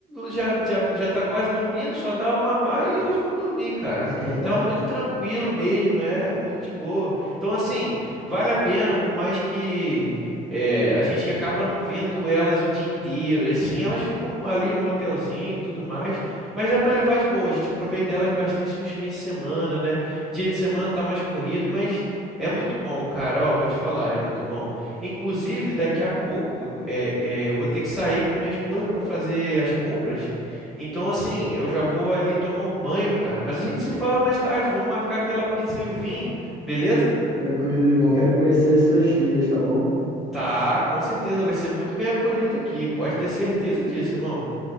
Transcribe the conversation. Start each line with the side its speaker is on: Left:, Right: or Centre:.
Centre: já, já, já tá quase dormindo, só dá o mamar e elas vão dormir, cara.
Right: <laughs>
Centre: Tá muito tranquilo mesmo, é é muito de boa. Então, assim, vale a pena, por mais que é, a gente acaba não vendo elas o dia inteiro, assim, elas ficam ali no hotelzinho e tudo mais, mas dá pra levar de boa. A gente aproveita elas bastante nos fins de semana, né? Dia de semana tá mais corrido, mas é muito bom, cara. Ó, vou te falar, é muito bom. Inclusive, daqui a pouco é, é, eu vou ter que sair com minha esposa para fazer as compras. Então, assim, eu já vou ali tomar um banho, cara. Mas a gente se fala mais tarde. Vamos marcar aquela pizza e o vinho, beleza?
Right: Tranquilo, irmão. Quero conhecer as suas filhas, tá bom?
Centre: Tá, com
Right: Vai
Centre: certeza.
Right: lá.
Centre: Vai ser muito bem acolhido aqui. Pode ter certeza disso, irmão.